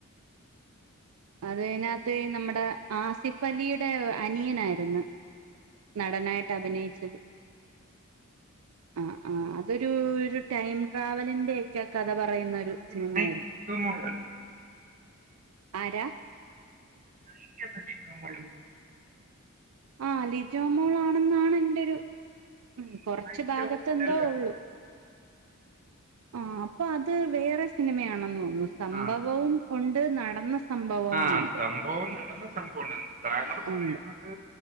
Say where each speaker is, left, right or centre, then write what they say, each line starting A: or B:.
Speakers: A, on the right; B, on the right.
A: അത് അതിനകത്ത് നമ്മുടെ ആസിഫ് അലിയുടെ അനിയനായിരുന്നു നടനായിട്ട് അഭിനയിച്ചത് ആഹ് ആഹ് അതൊരു ഒരു ടൈം ട്രാവലിന്റെ ഒക്കെ കഥ പറയുന്ന ഒരു
B: അതിലെ
A: സിനിമയായിരുന്നു
B: <unintelligible>
A: ആരാ
B: <unintelligible>
A: ആഹ് ലിജോമോൾ ആണെന്നാണ് എൻന്റെരു
B: അതിൽ
A: ഉം കൊറച്ച്
B: നായിക
A: ഭാഗത്തെ
B: ഇല്ലല്ലോ
A: എന്തോ ഉള്ളു ആഹ് അപ്പൊ അത് വേറെ സിനിമയാണെന്ന് തോന്നു സംഭവവും
B: ആ
A: ഉണ്ട് നടന്ന സംഭവവും
B: ആഹ്
A: ഉണ്ട്
B: സംഭവം നടന്ന സംഭവം ഉണ്ട താങ്കൾ പറയുന്ന
A: ഉണ്ട്
B: അത്